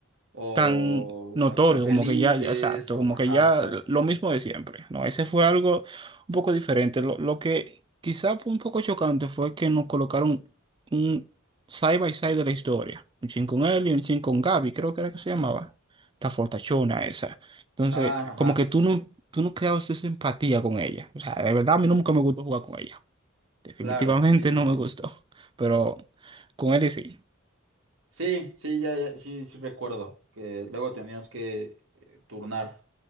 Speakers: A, on the right (about 60°); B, on the right (about 20°).
A: o
B: tan notorio,
A: ah, tan felices,
B: como que ya, ya, exacto,
A: o,
B: como
A: ajá,
B: que ya
A: exacto.
B: lo mismo de siempre, ¿no? Ese fue algo un poco diferente. Lo, lo que quizá fue un poco chocante fue que nos colocaron un side by side de la historia, un chin con él y un chin con Gaby, creo que era que se llamaba, la fortachona esa. Entonces,
A: Ah, ajá,
B: como que tú no, tú no creabas esa empatía con ella. O sea, de verdad a mí nunca me gustó jugar con ella. Definitivamente
A: claro, sí, sí,
B: no
A: sí.
B: me gustó, <laughs> pero con él y sí.
A: Sí, sí, ya, ya, sí, sí recuerdo que luego tenías que eh, turnar,